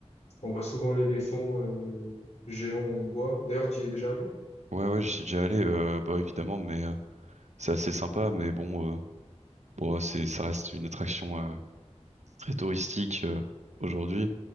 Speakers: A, on the left; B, on the right.
A: on voit souvent l'éléphant euh, géant en bois. D'ailleurs, tu y es déjà allé?
B: Ouais, ouais, j'y suis déjà allé, euh, bah évidemment, mais euh, c'est assez sympa, mais bon, euh, bon, c'est, ça reste une attraction euh, très touristique euh, aujourd'hui.